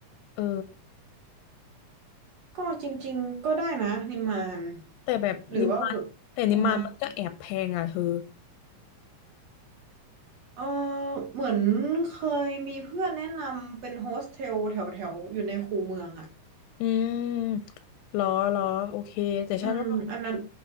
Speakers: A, on the left; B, on the right.
A: เออ
B: ก็จริงๆก็ได้นะนิมมาน
A: แต่แบบนิมมานแต่นิมมานมันก็แอบแพงอ่ะเธอ
B: หรือว่าแบบอ่าฮะเออเหมือนเคยมีเพื่อนแนะนำเป็นโฮสเทลแถวแถวอยู่ในคูเมืองอ่ะ
A: อืมเหรอเหรอโอเคแต่ฉันว่า
B: อืมอันนั้น